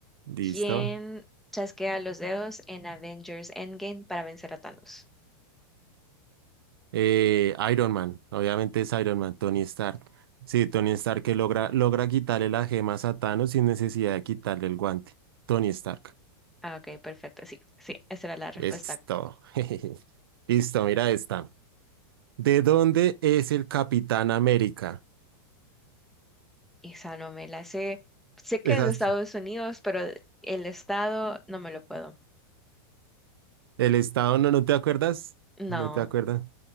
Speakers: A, on the right; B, in the centre.
A: Listo.
B: ¿Quién chasquea los dedos en Avengers Endgame para vencer a Thanos?
A: Eh, Iron Man, obviamente es Iron Man, Tony Stark. Sí, Tony Stark que logra, logra quitarle las gemas a Thanos sin necesidad de quitarle el guante. Tony Stark.
B: Ah, ok, perfecto. Sí, sí, esa era la respuesta.
A: Esto. <laughs> Listo, mira esta. ¿De dónde es el Capitán América?
B: Esa no me la sé. Sé que
A: Exacto.
B: es de Estados Unidos, pero el estado no me lo puedo.
A: El estado, no, ¿no te acuerdas?
B: No,
A: No te acuerdas.